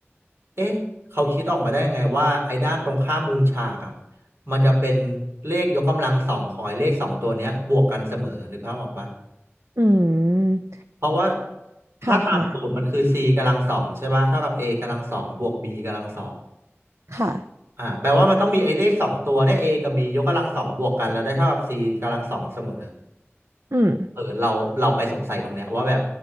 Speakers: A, on the right; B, on the right.
A: เอ๊ะเขาคิดออกมาได้ไงว่าไอ้ด้านตรงข้ามมุมฉากอ่ะมันจะเป็นเลขยกกำลังสองของไอ้เลขสองตัวเนี้ยบวกกันเสมอนึกภาพออกปะ
B: อืม
A: เพราะว่าถ้าตามสูตรมันคือ
B: ค่ะค่ะ
A: c กำลังสองใช่ป่ะเท่ากับ a กำลังสองบวก b กำลังสอง
B: ค่ะ
A: อ่าแปลว่ามันต้องมีไอ้เลขสองตัวเนี่ย a กับ b ยกกำลังสองบวกกันแล้วได้เท่ากับ c กำลังสองเสมอ
B: อืม
A: เออเราเราไปสงสัยตรงเนี้ยว่าแบบ